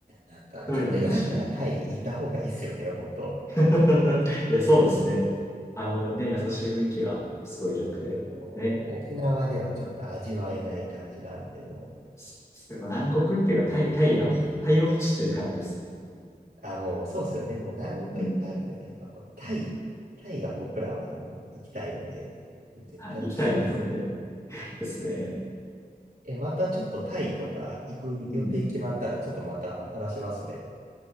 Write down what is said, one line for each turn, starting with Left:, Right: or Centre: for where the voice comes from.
Right: なんかちょっと病んだらタイ行った方がいいっすよね、
Left: どれでもいいし。
Right: 本当。
Left: <laughs> いや、そうですね。あのね、優しい雰囲気がすごい良くて。
Right: ちょっともう沖縄ではちょっと味わえない感じなんで、
Left: ね。
Right: もう
Left: そうですね。まあ南国っていうか、タイ、タイが、タイを欲してる感じですね。
Right: あ、もう、そうですよね。もう南国はいっぱいあるけど、
Left: うん。
Right: やっぱこう、タイ、タイが僕らは、あの、行きたいので、絶対おすすめです
Left: はい、行きたいのでですね。
Right: ね。え、またちょっとタイとか行く予定決まったら、
Left: うん。
Right: ちょっとまた話しますね。